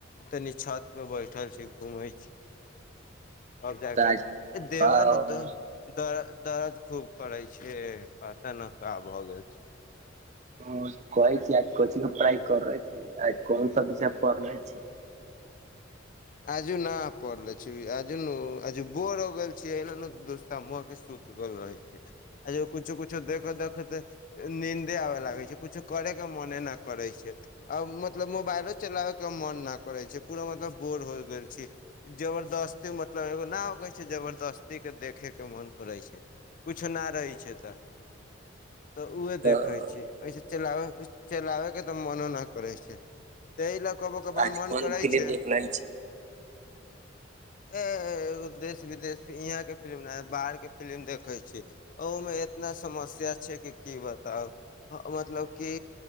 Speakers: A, on the left; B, on the right.
A: तनी छत पे बैठल छी घूमै छी आओर जााकऽ
B: तऽ
A: देवन
B: आज
A: उदम दर दर्द खूब करै छै पता न की भऽ गेल छै
B: ओ कहै छ आज कोचंग पढ़ाइ कर रहले छै आज कोन सब विषय पढ़ले छै
A: आजू न पड़ले छै आजू न आजू बोर होगल छैय एल न दोस्तामहके सुत ल रहै छै आ जे कुछु कुछु देख देख त नींन्दे आबे लागे छै कुछो करे के मने न करै छै आब मतलब मोबाइलो चलाबयके मोन नहि करै छै पूरा मतलब बोर होय गेल छै जबरदस्ती मतलब एगो न कहै छै जबरदस्ती के देखे के मन करै छै किछु नहि रहै छै तऽ तऽ उह
B: तऽ
A: देखै छी एहिसँ चलाबै चलाबयके तऽ मोनो नहि करै छै तहि लऽ कबो क ब
B: आज
A: मोन
B: कोन
A: करै
B: फिलिम
A: छै
B: देखले छै
A: ए एगो देश विदेश यहाँ के फिलिम बाहर के फिलिम देखे छी ओहूमे इतना समस्या छै कि की बताउ मतलब कि